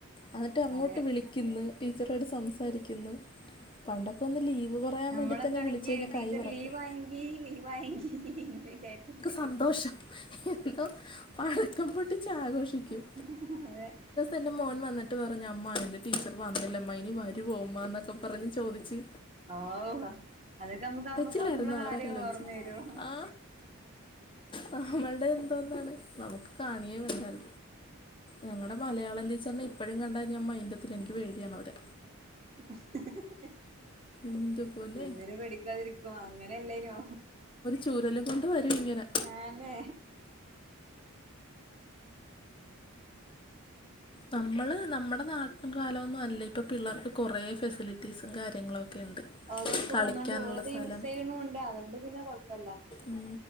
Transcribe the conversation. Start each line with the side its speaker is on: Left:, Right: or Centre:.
Left: എന്നിട്ട് അങ്ങോട്ട്
Right: അതെ
Left: വി ളിക്ക്ന്ന് ടീച്ചറോട് സംസാരിക്കുന്നു പണ്ടൊക്കെ ഒന്ന് ലീവ് പറയാൻ
Right: നമ്മളൊക്കെ
Left: വേണ്ടി തന്നെ
Right: ആണെങ്കി
Left: വിളിച്ച കഴിഞ്ഞാൽ
Right: ടീച്ചർ
Left: കൈ വെറക്കും
Right: ലീവ് ആയെങ്കി ലീവ് ആയെങ്കി എന്ന് വിചാരിച്ചിട്ട്
Left: സന്തോഷം എന്നോ പടക്കം പൊട്ടിച്ച ആഘോഷിക്കും
Right: ഉം അതെ
Left: എന്റെ മോൻ വന്നിട്ട് പറഞ്ഞഞ് അമ്മ അന്റെ ടീച്ചർ വന്നില്ലമ്മ ഇനി വരുമോ മന്നൊക്കെ പറഞ് ചോദിച്ചു
Right: ഓ അതൊക്കെ നമ്മക്ക്മ്മക്ക്മ്മളെ
Left: കരച്ചിലായിരുന്നു ആൾക്കാര്
Right: കാര്യം
Left: ആലോചിച്ച്
Right: ഓർമ്മ വരും
Left: ആ നമ്മളുടെ നമുക്ക് കാണിയേ വേണ്ടാല ഞങ്ങളുടെ മലയാളം ടീച്ചറിന ഇപ്പോഴും കണ്ടാ ഞൻ മൈൻറെത്തി എനിക്ക് വേടിയണ അവരെ
Right: <inaudible>
Left: എന്ത് പോലെ
Right: എങ്ങനെ പെടിക്കാതിരിക്കും അങ്ങനെ എല്ലായിനോ
Left: ചുരലും കൊണ്ട് വരും ഇങ്ങനെ
Right: ആന്നേ
Left: നമ്മള് നമ്മുടെ നാട്ടൻ കാലംന്നും അല്ല ഇപ്പ പിള്ളർക്ക് കൊറെേ ഫെസിലിറ്റീസും കാര്യങ്ങളൊക്കെ ഉണ്ട്
Right: അതൊക്കെ
Left: കളിക്കാനുള്ള
Right: വന്നോണ്ട് ഓരത്
Left: സ്ഥലം
Right: യൂസ് ചെയ്യണണ്ട് അതുകൊണ്ട് പിന്നെ കൊഴപ്പല്ല
Left: ഉ